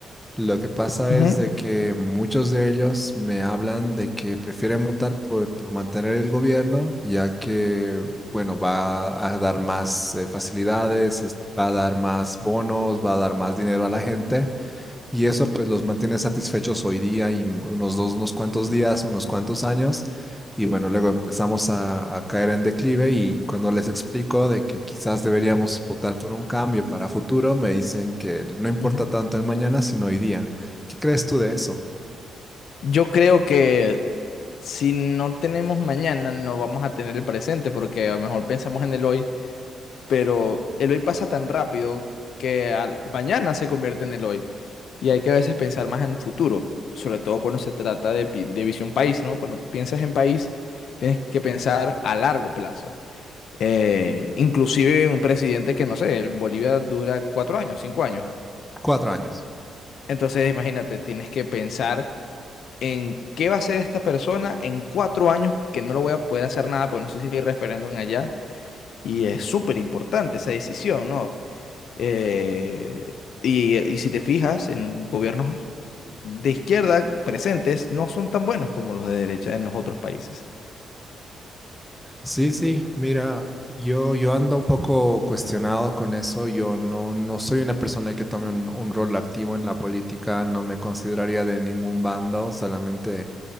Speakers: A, in the centre; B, on the left (about 70°).
A: Lo que pasa
B: Ujú.
A: es de que muchos de ellos me hablan de que prefieren votar por, por mantener el gobierno, ya que, bueno, va a dar más eh, facilidades, es- va a dar más bonos, va a dar más dinero a la gente. Y eso pues los mantiene satisfechos hoy día y unos dos, unos cuantos días, unos cuantos años. Y bueno, luego empezamos a, a caer en declive y cuando les explico de que quizás deberíamos votar por un cambio para futuro, me dicen que no importa
B: Ujú.
A: tanto el mañana, sino hoy día. ¿Qué crees tú de eso?
B: Yo creo que si no tenemos mañana, no vamos a tener el presente porque a lo mejor pensamos en el hoy. pero el hoy pasa tan rápido que al- mañana se convierte en el hoy y hay que a veces pensar más en futuro, sobre todo cuando se trata de, pi- de visión país, ¿no? Cuando tú piensas en país, tienes que pensar a largo plazo. Eh, inclusive un presidente que, no sé, en Bolivia dura cuatro años, cinco años.
A: Cuatro años.
B: Entonces, imagínate, tienes que pensar en qué va a hacer esta persona en cuatro años que no lo voy a poder hacer nada, porque no sé si hay referéndum allá. Y es súper importante esa decisión, ¿no? Eh, y, y si te fijas, en gobiernos de izquierda presentes no son tan buenos como los de derecha en los otros países.
A: Sí, sí, mira, yo, yo ando un poco cuestionado con eso. Yo no, no soy una persona que tome un, un rol activo en la política, no me consideraría de ningún bando, solamente